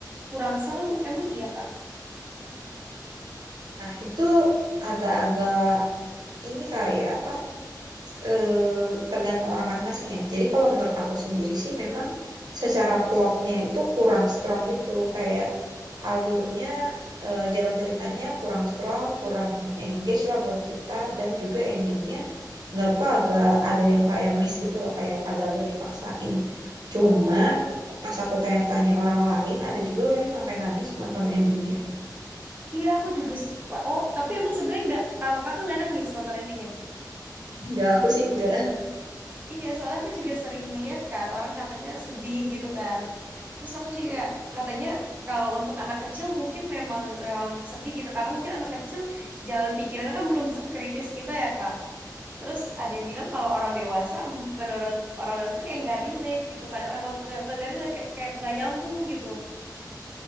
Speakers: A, on the right; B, on the right.
A: kurang seru emang iya Kak
B: Nah, itu agak-agak ini kali ya, apa? eh, tergantung orang masing-masing ya. Jadi kalau menurut aku sendiri sih memang secara plotnya itu kurang strong gitu, kayak alurnya eh, jalan ceritanya kurang strong, kurang engage lah buat kita dan juga endingnya menurutku agak ada yang kayak miss gitu loh, kayak agak-agak dipaksain. Cuma
A: Oh,
B: pas aku tanya-tanya orang lain, ada juga loh yang sampai nangis nonton endingnya.
A: iya aku juga suka. oh tapi emang sebenarnya nggak kalau kakak nggak nangis nonton endingnya
B: Enggak, aku sih enggak.
A: Iya, soalnya aku juga sering lihat kan orang katanya sedih gitu kan. Terus aku juga katanya kalau untuk anak kecil mungkin memang memang sedih gitu karena mungkin anak kecil jalan pikirannya kan belum kritis kita ya, Kak. Terus ada yang bilang kalau orang dewasa m- menurut orang dewasa tuh kayak nggak relate gitu. Kadang emang bukan bukan nggak relate kayak kayak nggak nyambung gitu.